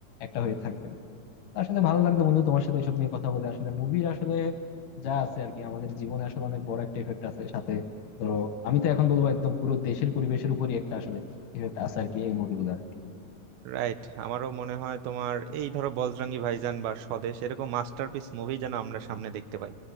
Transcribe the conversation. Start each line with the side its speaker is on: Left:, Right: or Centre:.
Left: একটা হয়ে থাকবে তো আসলে ভালো লাগলো বন্ধু তোমার সাথে এসব নিয়ে কথা বলে আসলে মুভির আসলে যা আছে আর কি আমাদের জীবনে আসলে অনেক বড় একটা এফেক্ট আছে সাথে ধরো আমি তো এখন বলবো একদম পুরো দেশের পরিবেশের উপরই একটা আসলে ইফেক্ট আছে আর কি এই মুভিগুলোর
Right: রাইট আমারও মনে হয় তোমার এই ধরো বজরঙ্গি ভাইজান বা স্বদেশ এরকম মাস্টারপিস মুভি যেন আমরা সামনে দেখতে পাই